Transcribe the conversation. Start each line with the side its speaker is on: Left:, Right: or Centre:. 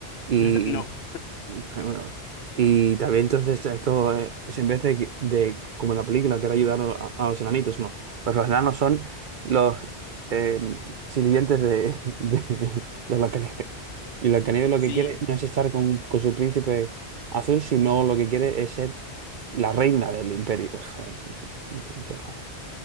Right: Y,
Left: <laughs> No.
Right: ah, bueno, y también entonces esto eh, es en vez de, que- de, como en la película que era ayudar a, a los enanitos, no. Pues los enanos son los eh, sirvientes de, <laughs> de, de Blancanieves. Y Blancanieves lo
Left: Sí,
Right: que quiere no es estar con, con su príncipe azul, sino lo que quiere es ser la reina del imperio. Uf, eh, chorradas.